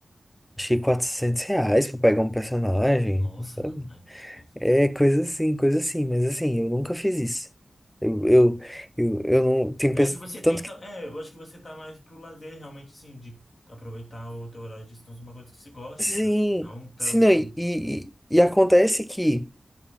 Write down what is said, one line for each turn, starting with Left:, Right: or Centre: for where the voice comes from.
Centre: acho que 400 reais pra pegar um personagem,
Left: nossa,
Centre: sabe?
Left: não, né? Isso.
Centre: É, coisa assim, coisa assim, mas assim, eu nunca fiz isso. Eu, eu,
Left: é não.
Centre: eu, eu não, tem
Left: É
Centre: pessoas,
Left: que você
Centre: tanto
Left: tem, então,
Centre: que,
Left: é, eu acho que você tá mais pro lazer, realmente, assim, de aproveitar o teu horário de descanso, uma coisa que você goste,
Centre: sim,
Left: né? Não tanto.
Centre: sim, não, e, e e acontece que